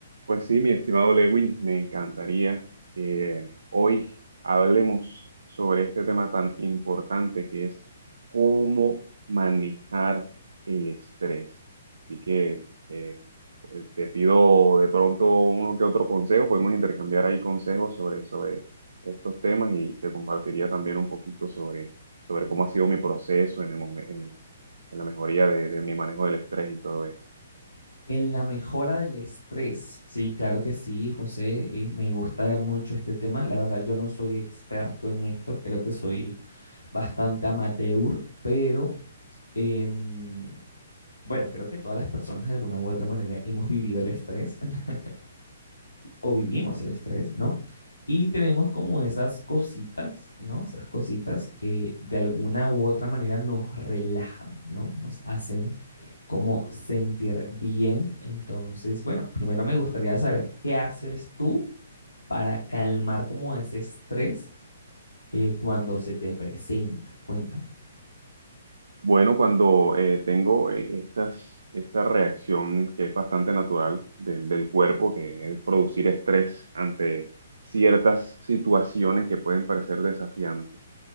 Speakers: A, on the right (about 70°); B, on the left (about 85°).
A: Pues sí, mi estimado Lewin, me encantaría que hoy hablemos sobre este tema tan importante que es cómo manejar el estrés. Así que eh, pues, te pido de pronto uno que otro consejo, podemos intercambiar ahí consejos sobre, sobre estos temas y te compartiría también un poquito sobre, sobre cómo ha sido mi proceso en el momen- en el- en la mejoría de, de mi manejo del estrés y todo esto.
B: En la mejora del estrés, sí, claro que sí, José, y me gusta mucho este tema. La verdad, yo no soy experto en esto, creo que soy bastante amateur, pero em, bueno, creo que todas las personas de alguna u otra manera hemos vivido el estrés <laughs> o vivimos el estrés, ¿no? Y tenemos como esas cositas, ¿no? Esas cositas que de alguna u otra manera nos relajan, ¿no? Nos hacen como sentir bien. Entonces, bueno, primero me gustaría saber qué haces tú para calmar como ese estrés eh, cuando se te presenta. Cuéntame.
A: Bueno, cuando eh, tengo eh, estas, esta reacción que es bastante natural del, del cuerpo, que es producir estrés ante ciertas situaciones que pueden parecer desafiantes,